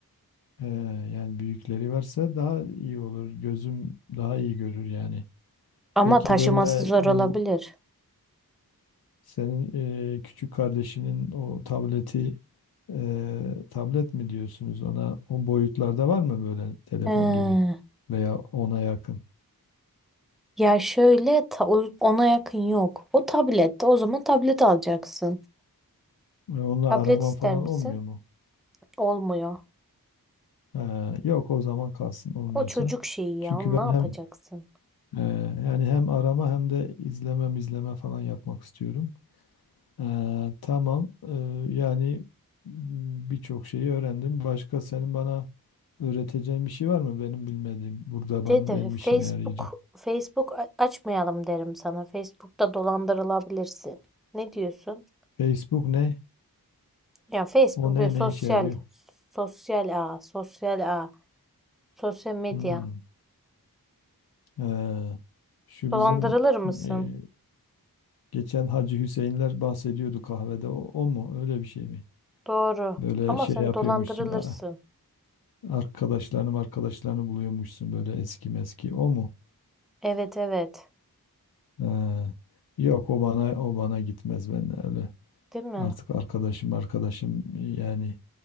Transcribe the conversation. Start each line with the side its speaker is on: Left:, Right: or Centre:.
Left: Ee, yani büyükleri varsa daha iyi olur. Gözüm daha iyi görür yani.
Centre: Ama
Left: Peki
Centre: taşıması
Left: böyle
Centre: zor
Left: bu
Centre: olabilir.
Left: Senin e, küçük kardeşinin o tableti e, tablet mi diyorsunuz ona o boyutlarda var mı böyle telefon
Centre: Ee,
Left: gibi veya ona yakın?
Centre: ya şöyle ta- o- ona yakın yok. O tablette o zaman tablet alacaksın.
Left: Ve onunla
Centre: Tablet
Left: arama
Centre: ister
Left: falan
Centre: misin?
Left: olmuyor mu?
Centre: Olmuyor.
Left: Ha, yok o zaman kalsın olmuyorsa.
Centre: O çocuk şeyi ya.
Left: Çünkü
Centre: Onu
Left: ben
Centre: ne yapacaksın?
Left: hem e, yani hem arama hem de izleme izleme falan yapmak istiyorum. Ee, tamam. Ee, yani m, birçok şeyi öğrendim. Başka senin bana öğreteceğin bir şey var mı benim bilmediğim? Burada ben,
Centre: Dede
Left: benim işime
Centre: Facebook
Left: yarayacak.
Centre: Facebook a- açmayalım derim sana. Facebook'ta dolandırılabilirsin. Ne diyorsun?
Left: Facebook ne?
Centre: Ya Facebook
Left: O ne?
Centre: böyle sosyal
Left: Ne işe yarıyor?
Centre: sosyal ağ, sosyal ağ, sosyal medya.
Left: Hmm. Ee, şu
Centre: Dolandırılır
Left: bizim
Centre: mısın?
Left: e, geçen Hacı Hüseyinler bahsediyordu kahvede. O, o mu? Öyle bir şey mi?
Centre: Doğru.
Left: Böyle
Centre: Ama
Left: şey
Centre: sen
Left: yapıyormuşsun.
Centre: dolandırılırsın.
Left: a- Arkadaşlarını arkadaşlarını buluyormuşsun böyle eski meski. O mu?
Centre: Evet evet.
Left: Ee, yok o bana o bana gitmez ben öyle.
Centre: Değil mi?
Left: Artık arkadaşım arkadaşım yani